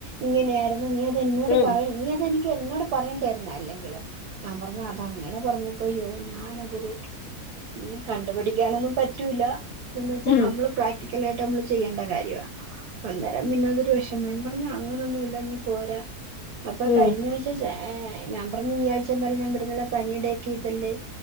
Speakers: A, on the right; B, on the left.
A: ഇങ്ങനെയായിരുന്നു നീ അത് എന്നോട്
B: ഉം
A: പറയാ നീ അതെനിക്ക് എന്നോട് പറയേണ്ടയിരുന്നെ അല്ലെങ്കിൽ ഞാൻ പറഞ്ഞ് അതെങ്ങനെ പറഞ്ഞപ്പോ അയ്യോ ഞാൻ അതൊരു ഇ, കണ്ടു പഠിക്കാനൊന്നും പറ്റൂലഎന്ന് വെച്ചാൽ
B: ഉം
A: നമ്മള് പ്രക് പ്രാക്ടിക്കാലയിട്ടു നമ്മൾ ചെയ്യേണ്ട കാര്യമാണ്. അന്നേരം പിന്നെട്യൂഷൻ വൈബ് ആണ്. അങ്ങനൊന്നുല്ല നീ പോരാ അപ്പോ
B: ഉം
A: കഴിഞ്ഞ ആഴ്ച ഞാൻ പറഞ്ഞു. ഈ ആഴ്ച എന്തായാലും ഞാൻ വരുന്നില്ല പനി ഉണ്ട്. ഇതല്ലേ